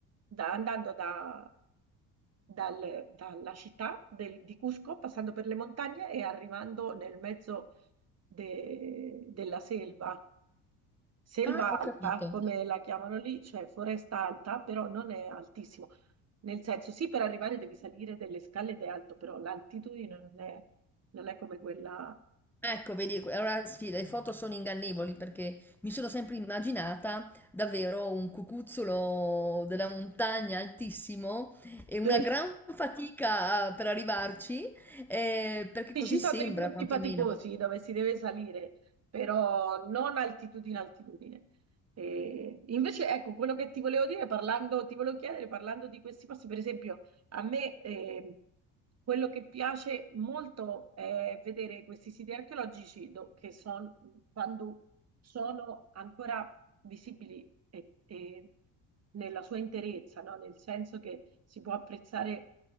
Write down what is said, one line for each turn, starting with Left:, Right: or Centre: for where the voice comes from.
Right: da- andando da- dal- dalla città del- di Cusco, passando per le montagne e arrivando nel mezzo de- della selva. Selva
Centre: Ah, ho
Right: alta,
Centre: capito.
Right: come la chiamano lì, cioè foresta alta, però non è altissimo. Nel senso, sì, per arrivare devi salire delle scale ed è alto, però l'altitudine non è, non è come quella...
Centre: Ecco, vedi, allora sì, le foto sono ingannevoli perché mi sono sempre immaginata davvero un cucuzzolo della montagna altissimo e una
Right: Sì.
Centre: gran fatica a- per arrivarci, eh, perché
Right: Sì,
Centre: così
Right: ci sono
Centre: sembra
Right: dei punti
Centre: quantomeno.
Right: faticosi dove si deve salire, però non altitudine, altitudine. E invece, ecco, quello che ti volevo dire, parlando, ti volevo chiedere, parlando di questi posti, per esempio, a me eh, quello che piace molto è vedere questi siti archeologici do- che sono, quando sono ancora visibili e- e nella sua interezza, no? Nel senso che si può apprezzare